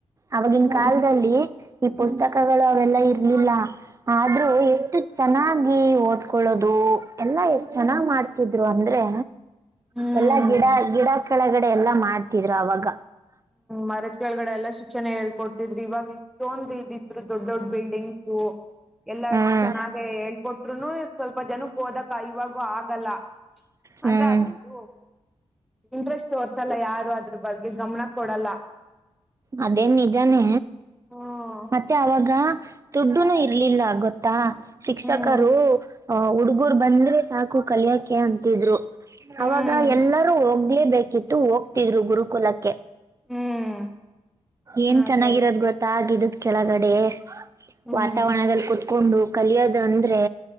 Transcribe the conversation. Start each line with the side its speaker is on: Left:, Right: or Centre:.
Right: ಆವಾಗಿನ
Centre: ಹ್ಮ್
Right: ಕಾಲದಲ್ಲಿ ಈ
Centre: ಹ್ಮ್
Right: ಪುಸ್ತಕಗಳ ಅವೆಲ್ಲ ಇರ್ಲಿಲ್ಲ ಆದ್ರೂ ಎಷ್ಟು ಚೆನ್ನಾಗಿ ಓದ್ಕೊಳ್ಳೋದು ಎಲ್ಲಾ ಎಷ್ಟ್
Centre: ಹ್ಮ್
Right: ಚೆನ್ನಾಗ್ ಮಾಡ್ತಿದ್ರು ಅಂದ್ರೆ
Centre: ಹ್ಮ್
Right: ಎಲ್ಲಾ ಗಿಡ ಗಿಡ ಕೆಳಗಡೆ ಎಲ್ಲಾ ಮಾಡ್ತಿದ್ರು ಅವಾಗ
Centre: ಮರತ್ ಕೆಳಗಡೆ ಎಲ್ಲಾ ಶಿಕ್ಷಣ ಹೇಳ್ಕೊಡ್ತಿದ್ರಿ ಇವಾಗ ಇಷ್ಟ್ಟೋನ್ ಇದ ಇದ್ರು ದೊಡ್ ದೊಡ್ ಬಿಲ್ಡಿಂಗ್ಸ ಎಲ್ಲಾ
Right: ಹ್ಮ್
Centre: ಚೆನ್ನಾಗ ಹೇಳ್ಕೊಟ್ರುನು ಸ್ವಲ್ಪ ಜನಕ್ಕೆ ಓದಕ್ ಇವಾಗೂ ಆಗಲ್ಲ
Right: ಹ್ಮ್
Centre: ಅಂದ್ರೆ ಅಷ್ಟು ಇಂಟ್ರೆಸ್ಟ್ ತೋರ್ಸಲ್ಲ ಯಾರು ಅದ್ರ ಬಗ್ಗೆ ಗಮನ ಕೊಡಲ್ಲ
Right: ಅದೇನ್ ನಿಜಾನೇ
Centre: ಹ್ಮ್
Right: ಮತ್ತೆ ಅವಾಗ ದುಡ್ಡುನು ಇರ್ಲಿಲ್ಲ ಗೊತ್ತಾ ಶಿಕ್ಷಕರು
Centre: ಹ್ಮ್
Right: ಆ ಹುಡ್ಗೂರ್ ಬಂದ್ರೆ ಸಾಕು ಕಲಿಯಕೆ ಅಂತಿದ್ರು
Centre: ಹ್ಮ್
Right: ಅವಾಗ ಎಲ್ಲರೂ ಹೋಗ ಹೊಗಲೇ ಬೇಕಿತ್ತು ಹೋಗ್ತಿದ್ರು ಗುರುಕುಲಕ್ಕೆ
Centre: ಹ್ಮ್
Right: ಏನ್
Centre: ಅದೇ
Right: ಚೆನ್ನಾಗಿರೋದ್
Centre: ಅದೇ
Right: ಗೊತ್ತ ಗಿಡದ ಕೆಳಗಡೆ
Centre: ಹ್ಮ್
Right: ವಾತಾವರಣದಲ್ಲಿ ಕುತ್ಕೊಂಡು ಕಲಿಯೋದ ಅಂದ್ರೆ